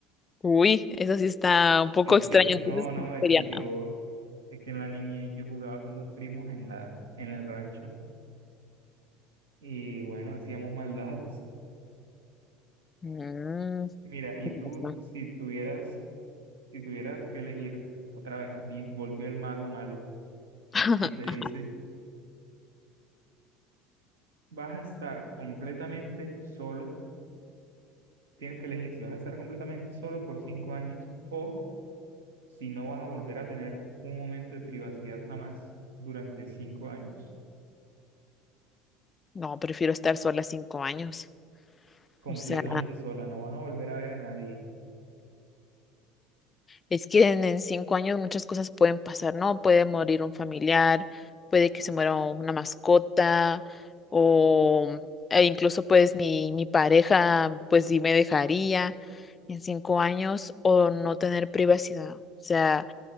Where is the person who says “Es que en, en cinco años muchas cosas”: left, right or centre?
Left